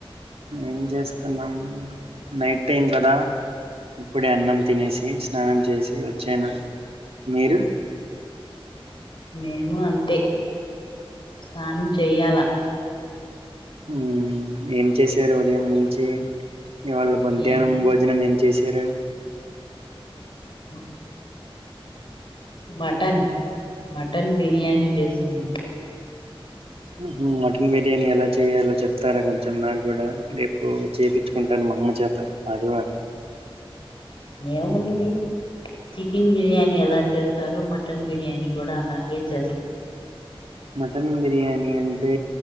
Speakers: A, on the right; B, on the left.
A: ఏం చేస్తున్నాం నైట్ టైం కదా ఇప్పుడే అన్నం తినేసి స్నానం చేసి వచ్చాను మీరు
B: మేము అంతే స్నానం చెయ్యాల
A: ఉ ఏం చేశారు ఉదయం నుంచి ఇవాళ బధ్యానం
B: ఏముంది
A: భోజనం ఏం చేశారు
B: ఉ మటన్ మటన్ బిర్యానీ చేసుకున్నాం
A: ఉహు మటన్ బిర్యానీ ఎలా చేయాలో చెప్తారా కొంచెం నాకు కూడా రేపు చెప్పిచ్చుకుంటాను మా అమ్మ చేత ఆదివారం
B: ఏముంది చికెన్ బిర్యానీ ఎలా చేస్తారో మటన్ బిర్యానీ కూడా అలాగే చేస్తారు
A: మటన్ బిర్యానీ అంటే